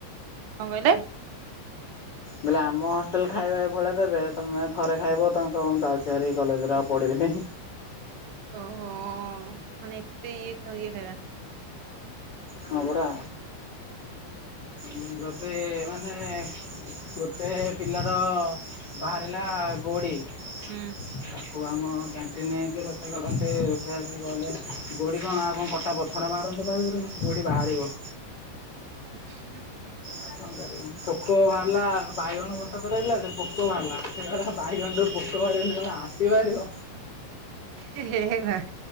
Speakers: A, on the right; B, on the left.
A: କଣ କହିଲେ?
B: ମୁଁ କହିଲି ଆମ ହଷ୍ଟେଲ ଖାଇବା ଏ ଭଳିଆ ଦେବେ ତୁମେ ଥରେ ଖାଇବ ତମେ କହିବ ମୁଁ ଯାଉଛି ହାରି କଲେଜରୁ ଆଉ ପଢ଼ିବିନି।
A: ଓହୋ ମାନେ ଏତେ ଇଏ ଇଏ ଖାଇବା।
B: ହଁ ପରା। ଇ ଗତେ ମାନେ ଗୋଟେ ପିଲାର ବାହାରିଲା ଗୋଡି
A: ହୁଁ।
B: ତାକୁ ଆମ କ୍ୟାଣ୍ଟିନ ଯିଏ ରୋଷେଇ କରନ୍ତି ରୋଷେଇଆ ସେ କହିଲେ ଗୋଡ଼ି କଣ ଆଉ କଣ କସା ଖାର ବାହାରନ୍ତା ତାଭିତରୁ ଗୋଡ଼ି ବାହାରିବ।
A: ଉହୁ।
B: ଆଉ କଣ କରିବୁ ପୋକ ବାହାରିଲା ବାଇଗଣ ଭର୍ତା କରାହେଇଥିଲା ଯେ ପୋକ ବାହାରିଲା। ସେ କହିଲା ବାଇଗଣରୁ ପୋକ ବାହାରିବନି କଣ ହାତୀ ବାହାରିବ।
A: ହେ ହେ ଭାଇ